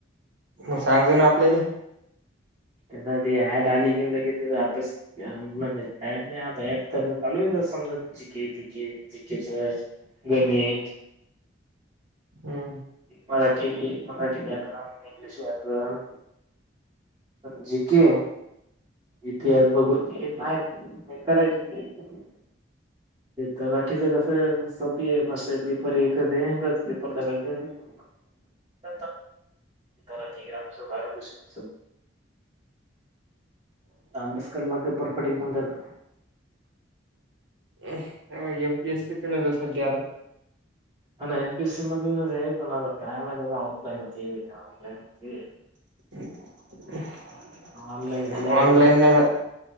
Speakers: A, on the right; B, on the right.
A: मग सांगजू ना आपल्याले,
B: त्याची ऍड आली कनी, लगेच त्याचा अभ्यास, म्हणजे ऍड नाही आता, <unintelligible> चालू आहे जीके बिके जेके च, गणित,
A: हम्म,
B: मराठी मराठी व्याकरण, इंग्लिश व्याकरण, जीके, इतिहास,
A: हम्म
B: भूगोल तेन आहे, करायचे आहे ते, तलाठीचं कसं सोपी आहे, मस्तपैकी पेपर एकच आ, हे पेपरलाझालं की <unintelligible> तलाठी, ग्रामसेवक, आरोग्यसेवक, अभ्यास करावा लागतो, परफेक्ट एकदम त्याला,
A: एम. पी. एस. सी तून असल तर,
B: हा, ना, एम. पी. एस. सी मधूनच आहे, पण आता काय माहीत, आता ऑफलाईन होती, का ऑलाईन होतीय,
A: <unintelligible>
B: ऑनलाईन झाल्यावर
A: ऑनलाईन
B: <unintelligible>
A: नाही होत